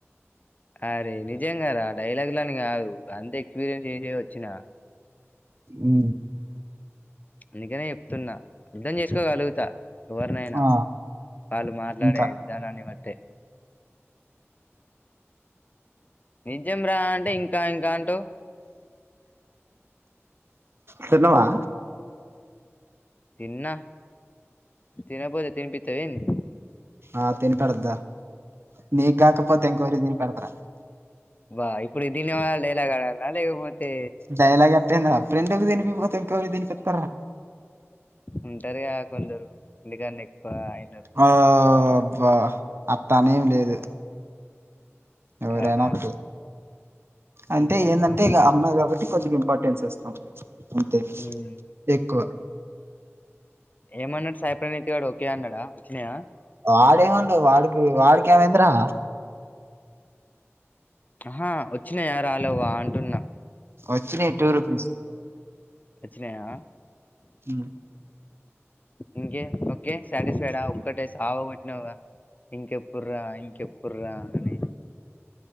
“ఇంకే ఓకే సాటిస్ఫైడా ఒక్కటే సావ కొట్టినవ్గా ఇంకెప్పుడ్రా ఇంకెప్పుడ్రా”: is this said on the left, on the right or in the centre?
Left